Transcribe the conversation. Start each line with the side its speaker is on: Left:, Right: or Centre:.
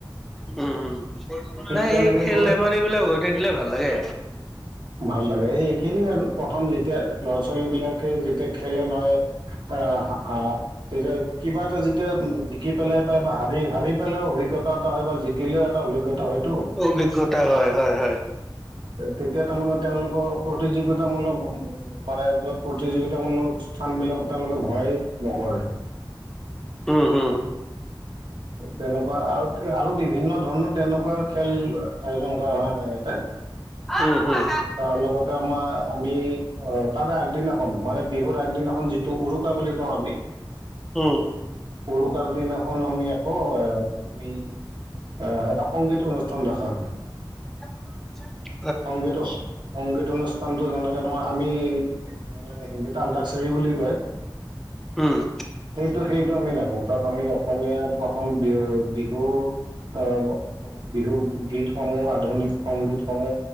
Centre: উম উম
Right: ঠিক
Centre: নাই
Right: তেনেকে
Centre: এই খেল
Right: গৈ
Centre: - ধেমালি বিলাক হৈ থাকিলে ভাল লাগে।
Right: ভাল লাগে এইখিনিয়ে আৰু প্ৰথম যেতিয়া ল'ৰা ছোৱালী বিলাকে যেতিয়া খেলে নহয়। আহ আ তেতিয়া কিবা এটা যেতিয়া জিকি পেলাই পাই বা হাৰি পালেও অভিজ্ঞতা এটা হয় বা জিকিলেও অভিজ্ঞতা এটা হয়
Centre: অভিজ্ঞতা হয় হয় হয়
Right: তেতিয়া তাৰমানে তেওঁলোকৰ প্ৰতিযোগিতামূলক মানে য'ত প্ৰতিযোগিতামূলক স্থান বিলাকত তেওঁলোকে ভয় নকৰে
Centre: উম হু
Right: তেনেকুৱা আৰু আৰু বিভিন্ন ধৰণৰ তেনেকুৱা খেল আয়োজন কৰা হয় আমাৰ ইয়াতে
Centre: উম হুম
Right: তাৰ লগতে আমাৰ আমি তাৰে আগদিনাখন মানে বিহুৰ আগদিনাখন যিটো উৰুকা বুলি কওঁ আমি
Centre: উম
Right: উৰুকাৰ দিনাখন আমি আকৌ আমি আহ এটা সংগীত অনুষ্ঠান ৰাখা হয়
Centre: <unintelligible>
Right: সংগীত সংগীত অনুষ্ঠানটো যেনেকে তোমাৰ আমি তাৰ মানে হিন্দীত আন্তাকচাৰী বুলি কয়
Centre: উম
Right: সেইটো সেইটো আমি ৰাখো তাত আমি অসমীয়া প্ৰথম বিহু বিহু আহ বিহু গীতসমূহ আধুনিক সংগীতসমূহ